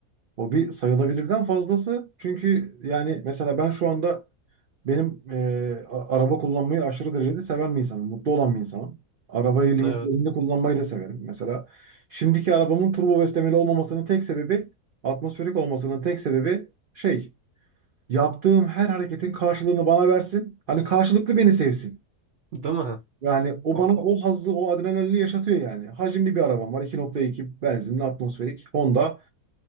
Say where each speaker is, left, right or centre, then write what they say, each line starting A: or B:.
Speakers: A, on the right; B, on the right.
A: O bir sayılabilirden fazlası. Çünkü yani mesela ben şu anda Benim eee, a- araba kullanmayı aşırı derecede seven bir insanım. Mutlu olan bir insanım. Arabayı limitlerinde
B: Evet.
A: kullanmayı da severim. Mesela şimdiki arabamın turbo beslemeli olmamasının tek sebebi, atmosferik olmasının tek sebebi şey, yaptığım her hareketin karşılığını bana versin. Hani karşılıklı beni sevsin.
B: Değil mi?
A: Yani o
B: O,
A: bana
B: o-
A: o hazzı, o adrenalini yaşatıyor yani. Hacimli bir arabam var. 2.2 benzinli atmosferik Honda.